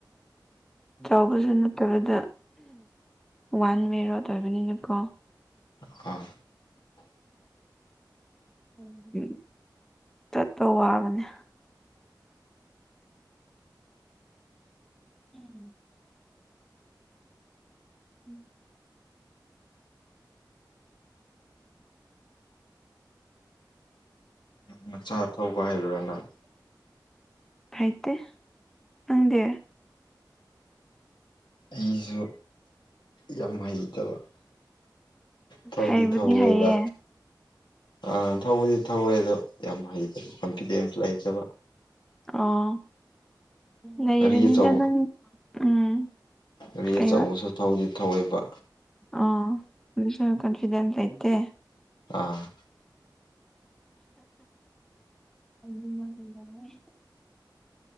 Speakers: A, in the centre; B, on the left.
A: ꯆꯥꯎꯕꯖꯨ ꯅꯠꯇꯕꯗ ꯋꯥꯟ ꯃꯦꯔꯣꯠ ꯑꯣꯏꯕꯅꯤꯅꯀꯣ
B: ꯑꯥ
A: ꯎꯝ ꯆꯠꯄ ꯋꯥꯕꯅꯦ ꯎꯝ ꯎꯝ
B: ꯃꯆꯥ ꯊꯧꯕ ꯍꯩꯕ꯭ꯔꯥ ꯅꯪ
A: ꯍꯩꯇꯦ ꯅꯪꯗꯤ
B: ꯑꯩꯖꯨ ꯌꯥꯝ ꯍꯩꯇꯕ ꯊꯧꯗꯤ
A: ꯍꯩꯕꯨꯗꯤ
B: ꯊꯧꯋꯦꯕ
A: ꯍꯩꯌꯦ
B: ꯑꯥ ꯊꯧꯕꯗꯤ ꯊꯧꯋꯦ ꯑꯗꯣ ꯌꯥꯝ ꯍꯩꯇ꯭ꯔꯤ ꯀꯣꯟꯐꯤꯗꯦꯟꯁ ꯂꯩꯇꯕ
A: ꯑꯣ ꯅꯩꯔꯅꯤꯗ
B: ꯒꯥꯔꯤ ꯑꯆꯧꯕ
A: ꯅꯪ ꯎꯝ
B: ꯒꯥꯔꯤ
A: ꯀꯩꯕ
B: ꯑꯆꯧꯕꯁꯨ ꯊꯧꯗꯤ ꯊꯧꯋꯦꯕ
A: ꯑꯣ ꯁꯦꯜꯐ ꯀꯟꯐꯤꯗꯦꯟꯁ ꯂꯩꯇꯦ
B: ꯑꯥ
A: ꯑꯩꯗꯤ ꯅꯪꯒꯤ ꯏꯔꯥꯡ ꯍꯧꯋꯦ